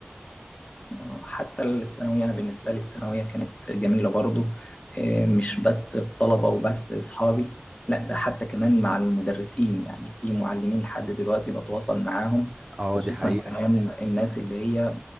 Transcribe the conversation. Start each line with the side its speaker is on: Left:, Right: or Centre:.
Left: آه، حتى الثانوية أنا بالنسبة لي الثانوية كانت جميلة برضو آه، مش بس الطلبة وبس أصحابي لا ده حتى كمان مع المدرسين يعني في معلمين لحد دلوقتي بتواصل معاهم
Right: اه
Left: خصوصا
Right: دي حقيقة
Left: كمان الناس اللي هي